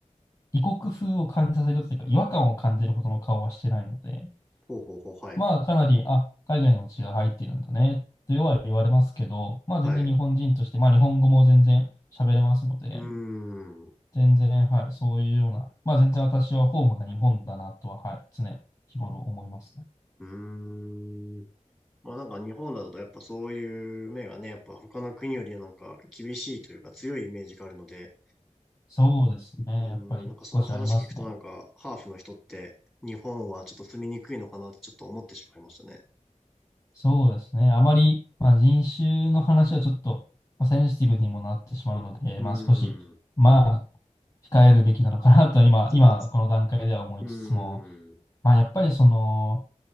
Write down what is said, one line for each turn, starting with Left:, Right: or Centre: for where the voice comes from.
Left: 異国風を感じさせるというか、違和感を感じるほどの顔はしてないので、
Centre: ほうほうほう、はい、
Left: まあ、かなり、あ、海外の血が入ってるんだね、とは言われますけど、まあ、
Centre: はい。
Left: 全然日本人として、まあ、日本語も全然喋れますので、
Centre: うーん、う
Left: 全然、はい、そういうような、まあ、全然私はホームが日本だなとは、はい、常日頃思いますね。
Centre: ーん。まあなんか日本だとやっぱそういう目がね、やっぱ他の国よりなんか厳しいというか強いイメージがあるので、
Left: そうですね、
Centre: うん、
Left: やっぱり少しありますね。
Centre: なんかその話聞くとなんかハーフの人って日本はちょっと住みにくいのかなってちょっと思ってしまいましたね。
Left: そうですね。あまり、まあ、人種の話はちょっと、まあ、センシティブにもなってしまうので、
Centre: うん、
Left: まあ、少し、まあ、控えるべきなのかなと今、
Centre: そうです。
Left: 今、この段階では思いつつも、
Centre: うん、
Left: まあ、やっぱりその、